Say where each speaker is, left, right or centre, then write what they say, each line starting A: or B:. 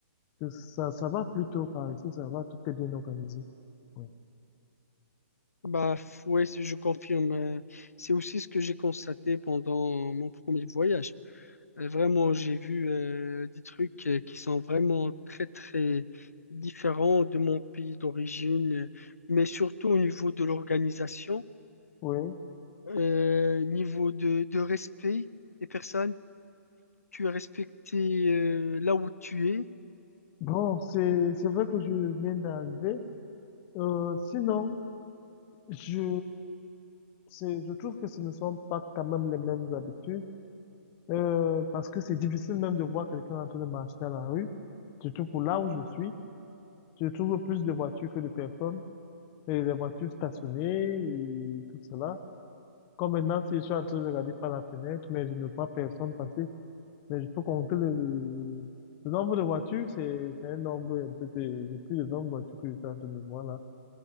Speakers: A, on the left (about 30°); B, on the left (about 80°).
A: que ça, ça va plutôt par ici, ça va, tout est bien organisé. ouais
B: Bah ouais, c'est- je confirme. euh, c'est aussi ce que j'ai constaté pendant mon premier voyage. Euh, vraiment, j'ai vu euh, des trucs euh, qui sont vraiment très très différents de mon pays d'origine, euh, mais surtout au niveau de l'organisation.
A: Oui.
B: euh, niveau de, de respect des personnes, tu es respecté euh, là où tu es,
A: Bon, c'est, c'est vrai que je viens d'arriver. Euh, sinon, je, c'est, je trouve que ce ne sont pas quand même les mêmes habitudes, euh, parce que c'est difficile même de voir quelqu'un en train de marcher dans la rue. Surtout pour là où je suis, je trouve plus de voitures que de personnes. et les voitures stationnées et tout cela. Comme maintenant, si je suis en train de regarder par la fenêtre, mais je ne vois personne passer, mais je peux compter le, le, le nombre de voitures, c'est c'est un nombre un peu de, j'ai plus de 20 voitures que je suis en train de voir là,